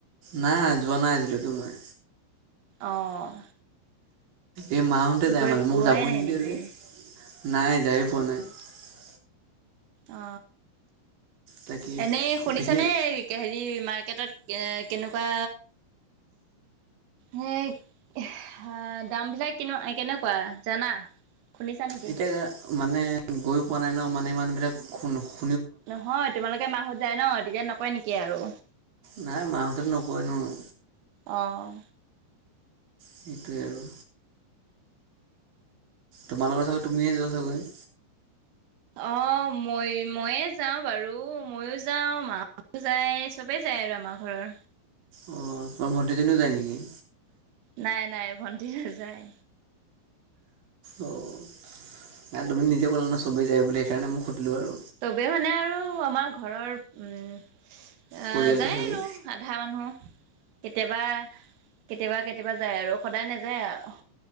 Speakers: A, on the right; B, on the right.
A: নাই যোৱা নাই আজিলৈকে মই
B: অঁ
A: এই মাহঁতে যায়
B: গৈ
A: মানে মোক
B: পোৱাই
A: যাবই
B: নাই
A: নিদিয়ে
B: নেকি
A: যে নাই যায় পোৱা নাই <unintelligible>
B: অ
A: তাকে
B: এনেই শুনিছানে
A: পিকনিক
B: হেৰি মাৰ্কেটত কেনেকুৱা হেই দাম বিলাক কি কেনেকুৱা জানা শুনিছা নেকি?
A: এতিয়া মানে গৈ পোৱা নাই ন মানে ইমান বিলাক শুনো <unintelligible>
B: নহয় তোমালোকে মাহত যায় ন তেতিয়া নকয় নেকি আৰু
A: নাই মাহঁতে নকয়নো <unintelligible>
B: অঁ
A: সেইটোৱে আৰু তোমালোকৰ চাগে তুমিয়ে যোৱা চাগৈ।
B: অঁ মই মইয়ে যাওঁ বাৰু মইও যাওঁ মাও- যায় চবে যায় আৰু আমাৰ ঘৰৰ।
A: উম তোমাৰ ভণ্টিজনীও যায় নেকি?
B: নাই নাই ভণ্টি নাযায়।
A: অঁ না তুমি নিজে ক'লা ন চবেই যায় বুলি সেইকাৰণে মই সুধিলো আৰু।
B: চবেই মানে আৰু আমাৰ ঘৰৰ উম-
A: পৰিয়ালটো
B: আহ যায়
A: চাগৈ।
B: আৰু আধা মানুহ। কেতিয়াবা কেতিয়াবা কেতিয়াবা যায় আৰু সদায় নাযায় আৰু।